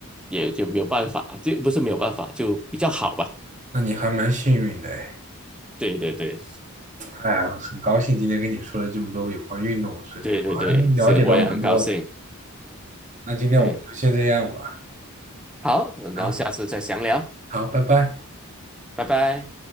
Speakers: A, in the centre; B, on the right (about 35°).
A: 以也就没有办法，就不是没有办法，就比较好吧。
B: 那你还蛮幸运的哎，
A: 对对对，
B: 哎呀很高兴今天跟你说了这么多有关运动的事情，
A: 对对对，
B: 我还了解到蛮多的。
A: 是，我也很高兴。
B: 那今天我们就先这样吧，
A: 嗯，好，我们然后下次再详聊，
B: 好，好，拜拜。
A: 拜拜。